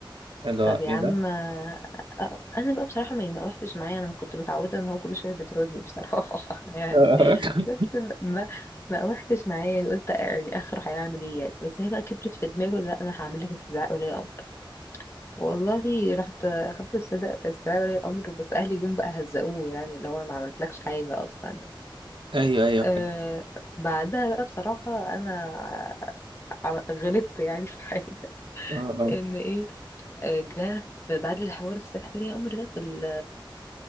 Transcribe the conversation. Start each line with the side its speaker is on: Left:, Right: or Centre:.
Right: اللي هو
Left: طب يا
Right: ايه
Left: عم
Right: ده
Left: آه، آه، انا بقى بصراحه ما ما وحتش معايا انا ما كنت متعوده ان هو كل شويه بيطردني بصراحه <laughs> يعني
Right: آه.
Left: بس ما ما ما وحتش معايا يعني قلت يعني اخره هيعمل ايه يعني بس هي بقى كبرت في دماغه لا انا هعمل لك استدعاء ولي امر والله رحت اخدت استدعاء استدعاء ولي امر بس اهلي جم بقى هزقوه يعني اللي هو ما عملتلكش حاجه اصلا
Right: <laughs> ايوه ايوه
Left: آه
Right: فاهم
Left: بعدها بقى بصراحة أنا عم- غلطت يعني في حاجة <laughs>
Right: اه اه
Left: إن إيه آه، جه بعد الحوار السحر يا قمر ده في ال